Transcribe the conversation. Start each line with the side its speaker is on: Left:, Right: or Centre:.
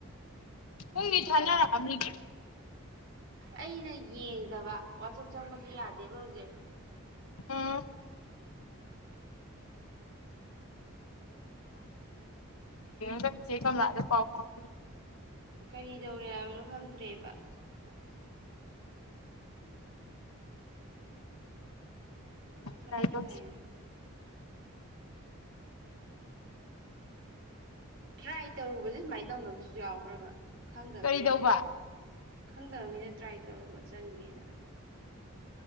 Left: ꯀꯣꯏ
Right: ꯑꯃ
Left: ꯙꯥꯟꯅꯥꯔꯕꯅꯤ
Right: ꯇꯧꯔ
Left: ꯀ
Right: ꯑꯩꯅ ꯌꯦꯡꯗꯕ ꯋꯥꯆꯞ ꯆꯪꯕꯁꯨ ꯌꯥꯗꯦꯕ ꯍꯧꯖꯤꯛ
Left: ꯑꯝ ꯒ ꯆꯦ ꯀ ꯃꯥꯔꯦ ꯄꯥꯎ ꯄꯥꯎ
Right: ꯀꯔꯤ ꯇꯧꯔꯦ ꯍꯥꯏꯕꯅꯣ ꯐꯪꯗ꯭ꯔꯦꯕ ꯑꯁ ꯋꯥꯆꯞꯅꯦ
Left: ꯪꯂꯗ
Right: ꯀꯥꯏꯅ ꯇ꯭ꯔꯥꯏ ꯇꯧꯔꯨꯕꯁ ꯁꯨꯃꯥꯏ ꯇꯧꯅꯕꯁꯨ ꯌꯥꯎꯈ꯭ꯔꯕ ꯈꯪꯗꯕꯅꯤꯅ
Left: ꯀꯔꯤꯗꯧꯕ
Right: ꯈꯪꯗꯕꯅꯤꯅ ꯇ꯭ꯔꯥꯏ ꯇꯧꯔꯨꯕ ꯆꯪꯒꯦꯅ